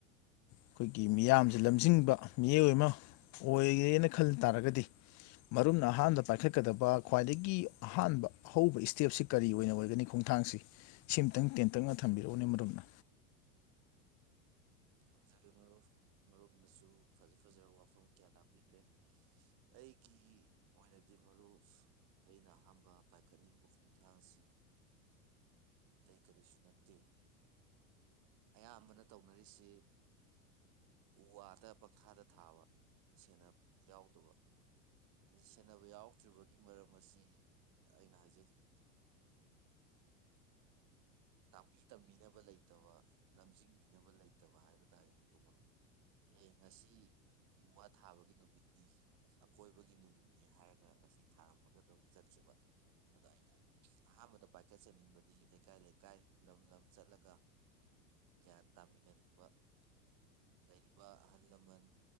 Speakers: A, on the left (about 45°); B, on the right (about 55°).
A: ꯑꯩꯈꯣꯏꯒꯤ ꯃꯤꯌꯥꯝꯁꯦ ꯂꯝꯖꯤꯡꯕ ꯃꯤꯑꯣꯏ ꯑꯃ ꯑꯣꯏꯔꯦꯅ ꯈꯟ ꯇꯥꯔꯒꯗꯤ ꯃꯔꯨꯝꯅ ꯑꯍꯥꯟꯕ ꯄꯥꯏꯈꯠꯀꯗꯕ ꯈ꯭ꯋꯥꯏꯗꯒꯤ ꯑꯍꯥꯟꯕ ꯑ ꯍꯧꯕ ꯏꯁꯇꯦꯞꯁꯤ ꯀꯔꯤ ꯑꯣꯏꯅ ꯑꯣꯏꯒꯅꯤ ꯈꯣꯡꯊꯥꯡꯁꯤ ꯁꯤꯃꯇꯪ ꯇꯦꯟꯇꯛꯅ ꯊꯝꯕꯤꯔꯛꯎꯅꯦ ꯃꯔꯝꯅ
B: ꯊꯝꯖꯒꯦ ꯃꯔꯨꯞ ꯃꯔꯨꯞꯅꯁꯨ ꯐꯖ ꯐꯖꯕ ꯋꯥꯐꯝ ꯀꯌꯥ ꯇꯥꯛꯄꯤꯈ꯭ꯔꯦ ꯑꯩꯒꯤ ꯑꯣꯏꯅꯗꯤ ꯃꯔꯨꯞ ꯑꯩꯅ ꯑꯍꯥꯟꯕ ꯄꯥꯏꯈꯠꯅꯤꯡꯕ ꯈꯣꯡꯊꯥꯡꯁꯤ ꯑꯇꯩ ꯀꯔꯤꯁꯨ ꯅꯠꯇꯦ ꯑꯌꯥꯝꯕꯅ ꯇꯧꯅꯔꯤ ꯑꯁꯤ ꯎ ꯋꯥꯗ ꯄꯪꯊꯥꯗ ꯊꯥꯕ ꯁꯦꯟꯅꯕ ꯌꯥꯎꯗꯕ ꯃꯁꯤ ꯁꯦꯟꯅꯕ ꯌꯥꯎꯗ꯭ꯔꯤꯕꯒꯤ ꯃꯔꯝ ꯑꯁꯤ ꯑꯩꯅ ꯍꯥꯏꯖꯅꯤꯡꯕꯗꯤ ꯇꯥꯛꯄꯤ ꯇꯝꯕꯤꯅꯕ ꯂꯩꯇꯕ ꯂꯝꯖꯤꯡꯕꯤꯅꯕ ꯂꯩꯇꯕ ꯍꯥꯏꯕ ꯇꯥꯔꯦ ꯃꯄꯨ ꯃꯔꯨꯞ ꯑꯦ ꯉꯁꯤ ꯎ ꯋꯥ ꯊꯥꯕꯒꯤ ꯅꯨꯃꯤꯠꯅꯤ ꯑꯀꯣꯏꯕꯒꯤ ꯅꯨꯃꯤꯠꯅꯤ ꯍꯥꯏꯔꯒ ꯉꯁꯤ ꯊꯥꯃꯒ ꯑꯗꯨꯝ ꯆꯠꯈꯤꯕ ꯑꯗꯣ ꯑꯩꯅ ꯑꯍꯥꯟꯕꯗ ꯄꯥꯏꯈꯠꯆꯅꯤꯡꯕꯗꯤ ꯂꯩꯀꯥꯏ ꯂꯩꯥꯏ ꯏꯀꯥꯏ ꯂꯝ ꯂꯝ ꯆꯠꯂꯒ ꯒ꯭ꯌꯥꯟ ꯇꯥꯃꯤꯟꯅꯤꯡꯕ ꯂꯩꯔꯤꯕ ꯑꯍꯜ ꯂꯃꯟ